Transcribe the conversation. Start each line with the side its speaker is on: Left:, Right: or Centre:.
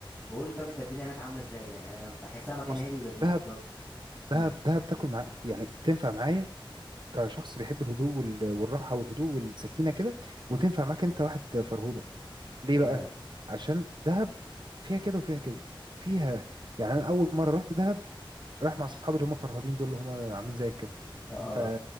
Left: بقول لي طب انت الدنيا هناك عاملة ازاي هناك يعني انا بحسها مكان
Right: بص
Left: هادي ولذيذ
Right: دهب
Left: بب... امم
Right: دهب دهب تاكل مع يعني تنفع معايا كشخص بيحب الهدوء وال- والراحه والهدوء والسكينه كده وتنفع معاك انت واحد فرهوده ليه
Left: تمام
Right: بقى عشان دهب فيها كده وفيها كده فيها يعني انا اول مره رحت دهب رايح مع اصحابي اللي هم فرهادين دول اللي هم عاملين زي كده
Left: اه اه
Right: ف